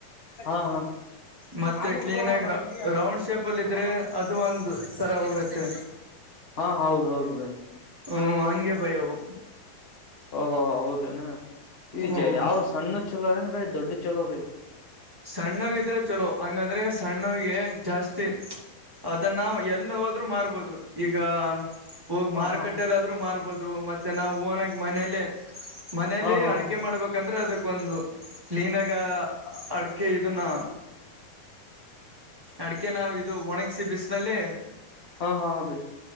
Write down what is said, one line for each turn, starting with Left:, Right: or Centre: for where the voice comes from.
Left: ಹಾ ಹಾ.
Right: ಮತ್ತೆ
Left: ನ
Right: ಕ್ಲೀನ್
Left: ಹುಡ್ರನ
Right: ಆಗಿ
Left: ಒಂತ ಬೆಂಗಿಗ ಹಾಕ
Right: ರೌಂಡ್ ಶೇಪ್ ಅಲ್ಲಿ ಇದ್ರೆ
Left: ಬರ್ಕೊಂಡ.
Right: ಅದು ಒಂದು ತರ ಹೋಗತ್ತೆ
Left: ಹಾ ಹೌದ ಹೌದು ಬಾಯ್
Right: ಹ ಅಂಗೆ ಬಾಯ್ ಅವು
Left: ಓಹೋ ಹ ಹೌದೇನ ಈಜ
Right: ಹ್ಮ್
Left: ಯಾವ್ ಸಣ್ಣದ ಚಲೋ ಏನ್ ಭೈ ದೊಡ್ಡ ಚಲೋ ಭೈ.
Right: ಸಣ್ಣವಿದ್ರೆ ಚಲೋ ಹಂಗಂದ್ರೆ ಸಣ್ಣವಿಗೆ ಜಾಸ್ತಿ. ಅದನ್ನ ಎಲ್ಲ ಹೋದ್ರು ಮಾರ್ಬೋದು ಈಗ ಹೋಗ
Left: ಹಾ
Right: ಮಾರುಕಟ್ಟೆೆ
Left: ಹಾ
Right: ಮಾರ್ಬಹದು. ದು ಮತ್ತೆ ನಾವು ಓನಾಗ ಮನೇಲೆ ಮನೇಲಿ
Left: ಹಾ ಹಾ
Right: ಅಡಕೆ
Left: ಹಾ
Right: ಮಾಡ್ಬೇಕಂದ್ರೆ ಅದ. ಒಂದು ಕ್ಲೀನ ಆಗಿ ಅಡ್ಕೆ ಇದನ್ನ. ಅಡಿಕೆ ನಾವ ಇದು ಒಣಗಿಸಿ ಬಿಸಿನಲ್ಲಿ
Left: ಹಾ ಹಾ ಹಾ ಬೈ